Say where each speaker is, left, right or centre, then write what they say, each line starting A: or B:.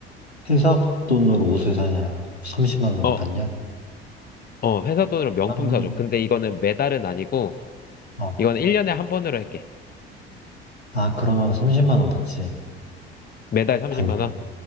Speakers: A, on the left; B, on the left.
A: 회사 돈으로 옷을 사냐? 30만 원을
B: 어,
A: 받냐?
B: 어, 회사 돈으로 명품
A: 나는
B: 사줘. 근데 이거는 매달은 아니고,
A: 어.
B: 이건 1년에 한 번으로 할게.
A: 아, 그러면 30만 원 받지.
B: 매달 30만
A: 당연히.
B: 원?